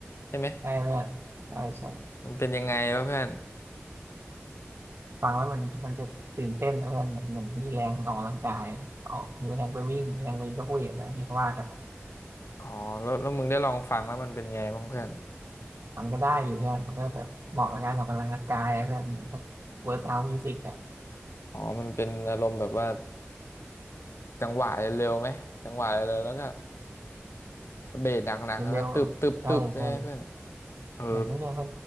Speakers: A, on the left; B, on the right.
A: ใช่ไหม
B: ใช่เพื่อนใช่ใช่
A: มันเป็นยังไงวะเพื่อน
B: ฟังแล้วมันมันจะตื่นเต้นนะเพื่อนเหมือนเหมือนมีแรงออกกำลังกายออกมีแรงไปวิ่งมีแรงไปยกเวทอะไรที่เขาว่ากันอะ
A: อ๋อแล้วแล้วมึงได้ลองฟังแล้วมันเป็นไงบ้างเพื่อน
B: มันก็ได้อยู่เพื่อนมันก็แบบเหมาะกับการออกกำลังกายอะเพื่อนเหมือนเวิร์กเอาท์มิวสิกอะ
A: อ๋อมันเป็นอารมณ์แบบว่า จังหวะเร็วๆไหมจังหวะเร็วๆแล้วก็เบสหนักๆนะตึบตึบตึบเนี่ยเพื่อน
B: เร็วๆใช่ใช่
A: เออ
B: เหมือนนี่เนี่ย